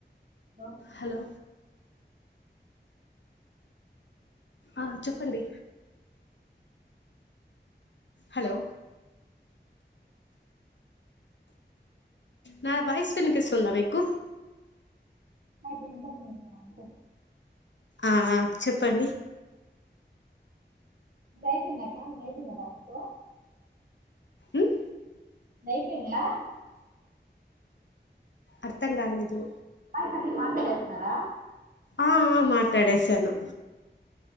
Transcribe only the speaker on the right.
<unintelligible>
ఆ ఇప్పుడు వినపడుతుంది బానే
నీద్ అయిపోయిందా అక్క <unintelligible> అయిపోయిదా టాస్కు
అయిపోయిందా
కాల్స్ అన్ని మాట్లాడేస్తున్నారా